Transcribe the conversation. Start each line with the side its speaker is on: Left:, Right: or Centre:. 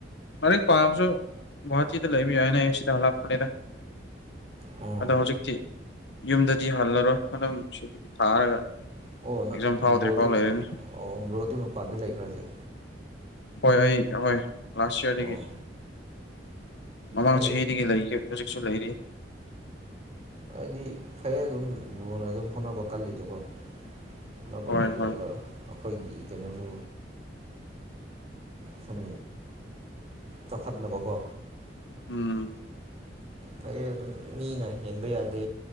Left: ꯂꯥꯏꯔꯤꯛ ꯄꯥꯕꯁꯨ ꯒꯨꯍꯥꯇꯤꯗ ꯂꯩꯕ ꯌꯥꯏꯅꯦ ꯑꯩ ꯁꯤꯗ ꯍꯜꯂꯛꯄꯅꯤꯅꯦ
Right: ꯑꯣ
Left: ꯑꯗꯣ ꯍꯧꯖꯤꯛꯇꯤ ꯌꯨꯝꯗꯗꯤ ꯍꯜꯂꯔꯣꯏ ꯑꯗꯨꯝ ꯁꯤꯗꯒꯤ ꯊꯥꯔꯒ ꯑꯦꯛꯖꯥꯝ
Right: ꯑꯣ ꯅꯪ
Left: ꯐꯥꯎꯗ꯭ꯔꯤ
Right: ꯕ꯭ꯔꯣꯗꯤ
Left: ꯐꯥꯎ ꯂꯩꯔꯅꯤ
Right: ꯑꯣ ꯕ꯭ꯔꯣꯗꯤ ꯃꯄꯥꯟꯗ ꯂꯩꯕ꯭ꯔꯥ ꯍꯧꯖꯤꯛ
Left: ꯍꯣꯏ ꯑꯩ ꯍꯣꯏ ꯂꯥꯁ ꯌꯥꯔꯗꯒꯤ
Right: ꯑꯣ
Left: ꯃꯃꯥꯡ
Right: ꯐꯩ
Left: ꯆꯍꯤꯗꯒꯤ ꯂꯩꯒ ꯍꯧꯖꯤꯛꯁꯨ ꯂꯩꯔꯤ
Right: ꯍꯥꯏꯗꯤ ꯐꯩꯌꯦ ꯑꯗꯨꯝ ꯕ꯭ꯔꯣꯅ ꯑꯗꯨꯝ ꯍꯣꯠꯅꯕ ꯀꯜꯂꯤꯗꯣꯀꯣ ꯍꯣꯠꯅꯕ
Left: ꯍꯣꯏ
Right: ꯀꯜꯂꯒ
Left: ꯍꯣꯏ
Right: ꯑꯩꯈꯣꯏꯒꯤ ꯀꯩꯅꯣꯁꯨ ꯊꯝ ꯆꯈꯠ ꯅꯕ ꯀꯣ
Left: ꯎꯝ
Right: ꯐꯩꯌꯦ ꯐꯩꯌꯦ ꯃꯤꯅ ꯍꯦꯟꯕ ꯌꯥꯗꯦ